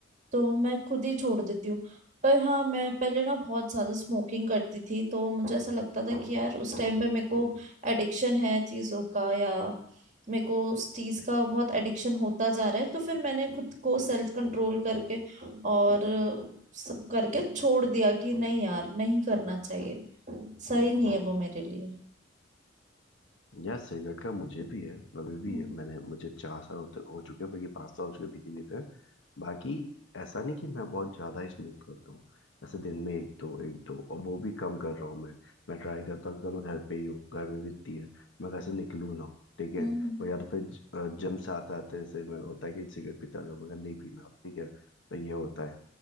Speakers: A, on the right; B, on the left.
A: तो मैं खुद ही छोड़ देती हूँ पर हाँ मैं पहले ना बहुत ज्यादा स्मोकिंग करती थी तो मुझे ऐसा लगता था कि यार उस टाइम पे मेरे को एडिक्शन है चीजों का या मेरे को उस चीज का बहुत एडिक्शन होता जा रहा है तो फिर मैंने खुद को सेल्फ कंट्रोल करके और सब करके छोड़ दिया कि नहीं यार नहीं करना चाहिए सही नहीं है वो मेरे लिए
B: यार सिगरेट का मुझे भी है अभी भी
A: हम्म
B: है मैंने मुझे चार साल होते हो चुके हैं बल्कि पाँच साल हो चुके पीते पीते बाकी ऐसा नहीं कि मैं बहुत ज्यादा ही स्मोक करता हूँ ऐसे दिन में एक दो एक दो और वो भी कम कर रहा हूँ मैं मैं ट्राई करता हूँ क्योंकि मैं घर पे ही हूँ गर्मी भी इतनी है मैं घर से निकलूँ ना ठीक है
A: हम्म
B: और या तो फिर जिम से आते आते से मैं होता है कि सिगरेट पीता जाऊँ मैं नहीं पीना अब, ठीक है तो ये होता है